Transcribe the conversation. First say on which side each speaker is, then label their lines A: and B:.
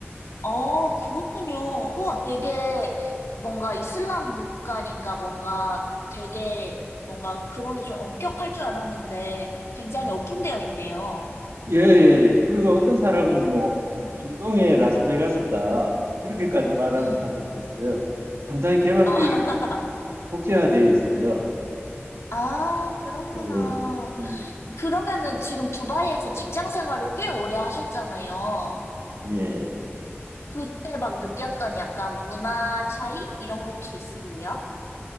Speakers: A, on the left (about 75°); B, on the right (about 70°).
A: 아, 그렇군요. 우 되게 뭔가 이슬람 국가니까 뭔가 되게 뭔가 그런 게 좀 엄격할 줄 알았는데 굉장히
B: 네.
A: 오픈되어 있네요.
B: 예, 예, 예. 그리고 어떤 사람은
A: 음,
B: 뭐
A: 음,
B: 중동의 라스베가스다. 그렇게까지 말하는
A: 음.
B: 사람도 있어요. 상당히 개방적이고
A: 어, <laughs>
B: 국, 국제화되어 있어요.
A: 아, 그렇구나.
B: 예. 예. 음,
A: 그러면은 지금 두바이에서 직장 생활을 꽤 오래 하셨잖아요.
B: 예.
A: 그때 막 느꼈던 약간 문화 차이? 이런 거 혹시 있으세요?